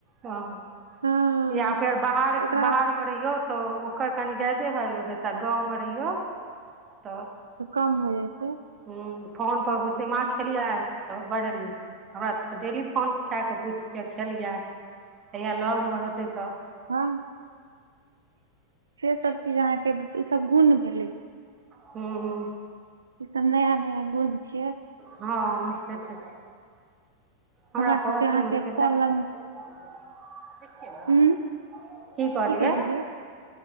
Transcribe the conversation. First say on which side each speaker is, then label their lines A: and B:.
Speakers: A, on the right; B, on the right.
A: ह।
B: हँ
A: या फेर बाहर-
B: तऽ ओकरा
A: बाहर पर रहियौ त ओकर कनि जादे वैल्यू देत आ गाँवमे रहियौ त
B: त कम भ जाइ छैय।
A: ह फोन पर बुझते माँ खेलियै त बड़ नीक हमरा सब त डेली फोन कैऽ क पुछैये खेलियै जहिया लगमे रहतै त।
B: हँ। से सभ चीज अहाँके इ सभ गुण भेलै।
A: हू।
B: इ सब नया- नया गुण छियै।
A: हँ से त छैय। हमरा
B: सबके
A: त अथि
B: अहाँके
A: मे
B: कल
A: <unintelligible>
B: लग मे उं
A: की कहलियै।
B: कहै छलियै